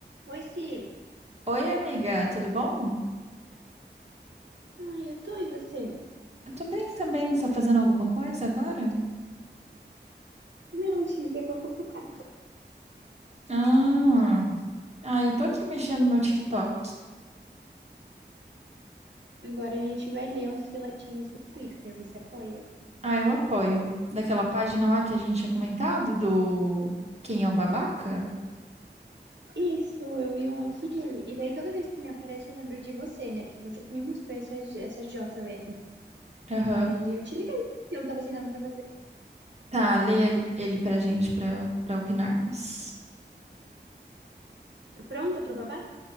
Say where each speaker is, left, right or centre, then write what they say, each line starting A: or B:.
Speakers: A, on the right (about 80°); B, on the right (about 35°).
A: Oi, Si.
B: Oi, amiga, tudo bom?
A: Ai, eu tô, e você?
B: Eu tô bem também. Você tá fazendo alguma coisa agora?
A: Não, te liguei pra fofocar.
B: Ah, ah, eu tô aqui mexendo no meu TikTok.
A: Agora a gente vai ler uns relatinhos do Twitter, você apoia?
B: Ah, eu apoio. Daquela página lá que a gente tinha comentado do Quem é o Babaca?
A: Isso, eu vi um aqui, e daí toda vez que me aparece eu lembro de você, né? Porque você que me mostrou essa, essa jossa velha aqui.
B: Aham.
A: Aí eu te liguei, eu não tava sem nada pra fazer.
B: Tá, leia ele ele pra gente pra, pra opinarmos.
A: Tá pronta pro babado?